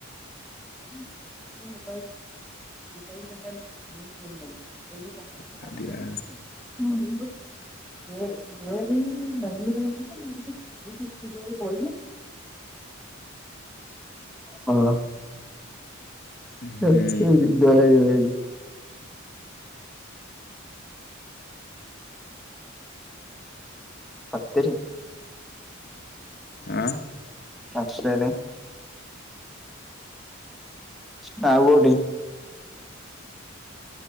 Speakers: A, in the centre; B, on the left.
A: <inaudible> <inaudible>
B: କରିବା
A: <unintelligible> <unintelligible> ହଁ। <unintelligible>
B: ହୁଁ ହଁ
A: ସତରେ।
B: ଆଁ।
A: ସତରେ। ନା ଆଉ କୋଉଠି।